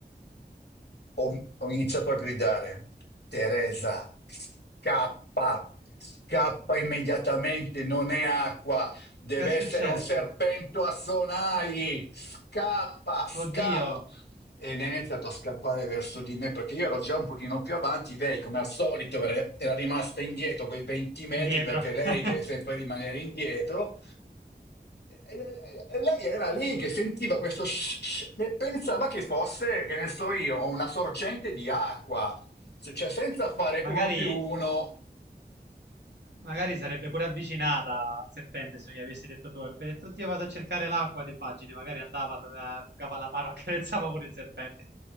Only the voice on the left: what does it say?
ho, ho iniziato a gridare, Teresa, scappa, scappa immediatamente, non è acqua, deve
essere un serpento a sonagli, scappa, scappa.
E lei ha iniziato a scappare verso di me perché io ero già un pochino più avanti, lei come al solito era era rimasta indietro quei 20 metri
perché lei
deve sempre rimanere indietro e e- e lei era lì che sentiva questo sh- sh- e pensava che fosse, che ne so io, una sorgente di acqua, Se- cioè senza fare
uno più uno.